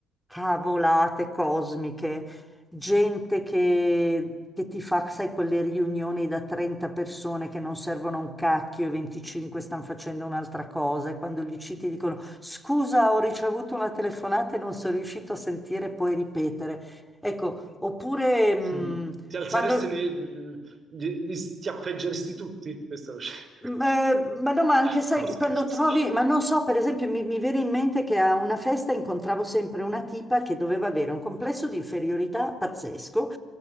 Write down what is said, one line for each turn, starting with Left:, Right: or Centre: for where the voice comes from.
Centre: cavolate cosmiche gente che, che ti fa, sai, quelle riunioni da 30 persone che non servono a un cacchio e 25 stanno facendo un'altra cosa e quando gli citi dicono scusa, ho ricevuto una telefonata e non sono riuscito a sentire, puoi ripetere. Ecco, oppure mh,
Right: Mm. Ti alzeresti,
Centre: quando...
Right: li, li- li schiaffeggeresti tutti? Questo è lo sc-
Centre: m- eh, ma no, ma anche
Right: <laughs>
Centre: sai,
Right: No, scherzo.
Centre: quando trovi, ma non so, per esempio, mi, mi viene in mente che a una festa incontravo sempre una tipa che doveva avere un complesso di inferiorità pazzesco